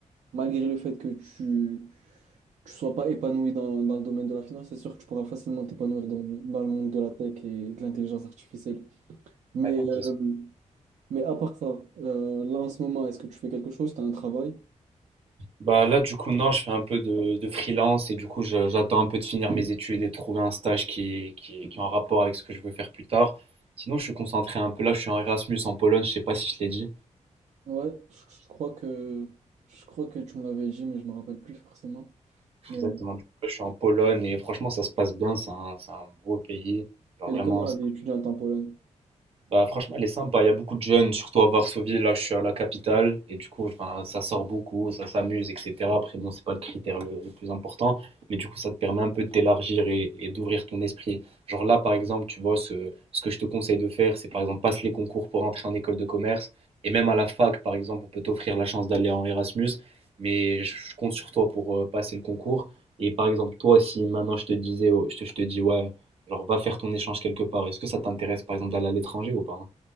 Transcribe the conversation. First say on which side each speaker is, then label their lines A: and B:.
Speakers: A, on the right; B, on the right.
A: malgré le fait que tu tu sois pas épanoui dans, dans le domaine de la finance, c'est sûr que tu pourras facilement t'épanouir dans, dans le monde de la tech et de l'intelligence artificielle. Mais,
B: Bah, écoute,
A: euh,
B: j'espère
A: mais à part ça, euh, là en ce moment, est-ce que tu fais quelque chose? Tu as un travail?
B: Bah là, du coup, non, je fais un peu de, de freelance et du coup, je- j'attends un peu de finir mes études et de trouver un stage qui, est- qui, est- qui est en rapport avec ce que je veux faire plus tard. Sinon, je suis concentré un peu là, je suis en Erasmus en Pologne, je sais pas si je l'ai dit
A: Ouais, je, je crois que, je crois que tu me l'avais dit, mais je me rappelle plus forcément. Mais
B: exactement.
A: ouais.
B: Du coup, je suis en Pologne et franchement, ça se passe bien, c'est un, c'est un beau pays. Genre
A: elle
B: vraiment,
A: est comment la vie étudiante en Pologne?
B: Bah, franchement, elle est sympa. Il y a beaucoup de jeunes, surtout à Varsovie. Là, je suis à la capitale. Et du coup, enfin, ça sort beaucoup, ça s'amuse, etc. Après, bon, c'est pas le critère le, le plus important. Mais du coup, ça te permet un peu de t'élargir et, et d'ouvrir ton esprit. Genre là, par exemple, tu vois, ce, ce que je te conseille de faire, c'est par exemple, passe les concours pour entrer en école de commerce. Et même à la fac, par exemple, on peut t'offrir la chance d'aller en Erasmus. Mais je, je compte sur toi pour euh, passer le concours. Et par exemple, toi, si maintenant je te disais, oh, je te, je te dis, ouais, Genre, va faire ton échange quelque part. Est-ce que ça t'intéresse, par exemple, d'aller à l'étranger ou pas?